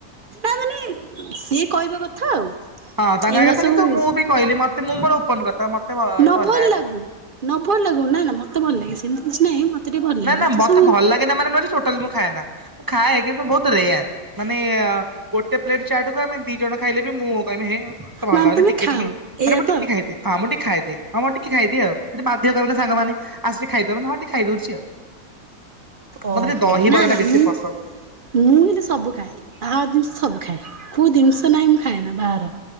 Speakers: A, on the right (about 55°); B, on the right (about 15°).
A: ତା ମାନେ ସିଏ କହିବା କଥା ଆଉ
B: ହଁ ତାଙ୍କ
A: ଏଇଗୁଡ଼ା
B: କଥା
A: ସବୁ
B: କିନ୍ତୁ ମୁଁ ବି କହିଲି ମତେ ମୁମ୍ବର ଓପନ କଥା ମତେ ଭଲ
A: ନ
B: ଲାଗେ
A: ଲାଗୁ
B: ନା।
A: ନ ଭଲ ଲାଗୁ ନା ନା ମତେ ଭଲ ଲାଗେ ସେମିତି କିଛି ନାହିଁ ମତେ ଟିକେ ଭଲ ଲାଗେ
B: ନା ନା ମତେ
A: ସବୁ
B: ଭଲ ଲାଗେ ନା ମାନେ ନୁହଜେ ଟୋଟାଲ ମୁ ଖାଏ ନା ମୁଁ ଖାଏ କିନ୍ତୁ ବହୁତ ରେୟାର ମାନେ ଗୋଟେ ପ୍ଲେଟ ଚାଟକୁ ଆମେ ଦି ଜଣ ଖାଇଲେ ବି ମୁଁ କହିବି ହେ ମତେ ଭଲ
A: ମା
B: ଲାଗୁନି
A: ତମେ
B: ଟିକେ
A: ଖାଅ
B: ଟିକେ
A: ଏଇଆ
B: ମାନ ମୁଁ
A: ତ
B: ଟିକେ ଖାଇବିଁ ମୁ ଖାଇଦିଏ ହଁମ ଟିକେ ଖାଇଦିଏ ଆଉ ଯଦି ବାଧ୍ୟ କରନ୍ତୀ ସାଙ୍ଗମାନେ ଆସିକି ଖାଇଦବ ମ ହଁ ଟିକେ ଖାଇଦଉଛି ଆଉ। ମତେ
A: ଓହୋ
B: ଟିକେ ଦହିବରା
A: ନା
B: ଟା
A: ନା
B: ବେଶୀ
A: ମୁଁ
B: ପସନ୍ଦ
A: ମୁଁ ହେଲେ ସବୁ ଖାଏ ବାହାର ଜିନିଷ ସବୁ ଖାଏ କେଉଁ ଜିନିଷ ନାହିଁ ମୁଁ ଖାଏ ନା ବାହାର।